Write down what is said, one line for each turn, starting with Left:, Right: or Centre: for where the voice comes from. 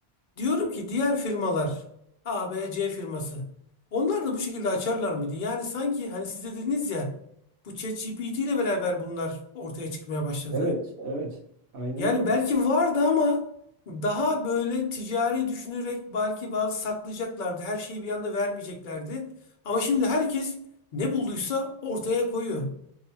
Left: Diyorum ki diğer firmalar A, B, C firması onlar da bu şekilde açarlar mıydı? Yani sanki hani siz de dediniz ya bu ChatGPT ile beraber bunlar ortaya çıkmaya başladı.
Right: Evet, evet. Aynen
Left: Yani
Right: öyle.
Left: belki vardı ama daha böyle ticari düşünerek belki bazı saklayacaklardı. Her şeyi bir anda vermeyeceklerdi. Ama şimdi herkes ne bulduysa ortaya koyuyor.